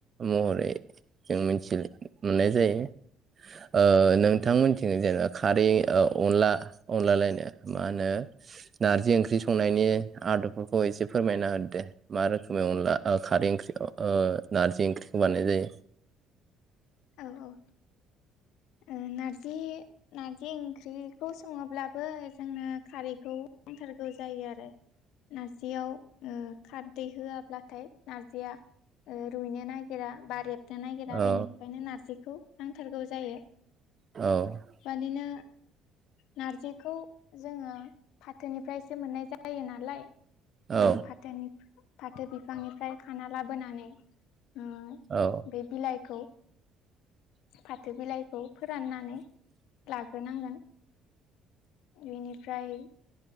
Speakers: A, on the right; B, on the left.
A: महरै जों मि <unintelligible> मोननाय जायो ओ नोंथां मोननिथिं जेनेबा खारै अनला अनलालायनो मा होनो नारजि ओंख्रि संनायनि आदबफोरखौ एसे फोरमायना होदोदे मा रोखोमै अनला खारै ओंख्रि नारजि ओंख्रिखौ बानायनाय जायो
B: औ औ नारजि नारजि ओंख्रिखौ सङोब्लाबो जोङो खारैखौ नंथारगौ जायो आरो नार्जियाव खारदै होआब्लाथाय नार्जिया ओ‌रुइनो नागिरा बा रेबनो नागिरा
A: औ
B: बेनिफ्रायनो नारजिखौ नांथारगौ जायो
A: औ
B: बादिनो नारजिखौ जोङो फाथोनिफ्रायसो मोननाय जायो नालाय
A: औ
B: ओ‌ फाथोनि फाथो बिफांनिफ्राय खाना लाबोनानै ओ
A: औ
B: बे बिलाइखौ फाथो बिलाइखौ फोराननानै लाग बेखौ नांगोन बेनिफ्राय